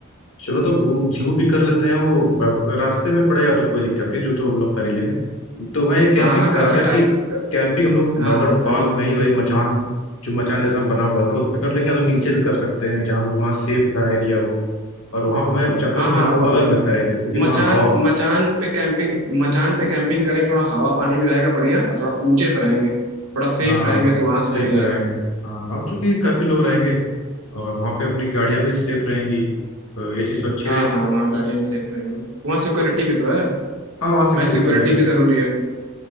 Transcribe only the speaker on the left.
चलो तो जू भी कर लेते हैं वो ब- रास्ते में पड़ेगा तो कोई दिक्कत नहीं जो तो हम लोग कर ही लेंगे तो मैं ये कैंपिंग
कर
रहा था
कि कैंपिंग हम लोग
नौगढ़
फॉल में ही वही मचान जो मचान जैसा बना हुआ था उस पर कर लेंगे या तो नीचे भी कर सकते हैं जहाँ वहाँ सेफ था एरिया वो और वहाँ पे मैं चाहता
हूँ कि
हम लोग
बगल में करें तो क्योंकि वहाँ
हवा
हाँ
सेफ
भी रहेंगे हाँ अब चूंकि काफी लोग रहेंगे और वहाँ पे अपनी गाड़ियाँ भी सेफ रहेंगी तो ये चीज़ तो अच्छी
रहेगी
तो
हाँ वहाँ सिक्योरिटी
भी है